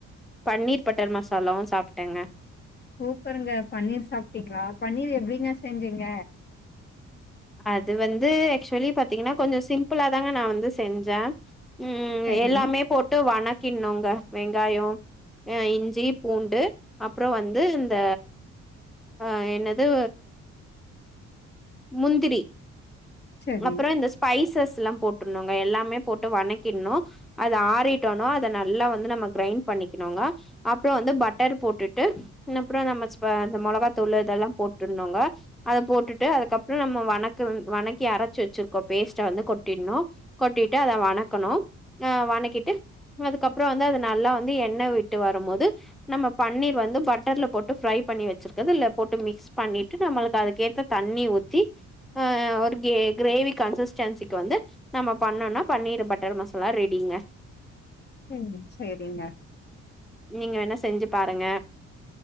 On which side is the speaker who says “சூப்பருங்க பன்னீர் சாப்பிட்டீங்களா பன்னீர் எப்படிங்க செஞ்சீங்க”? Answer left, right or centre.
Left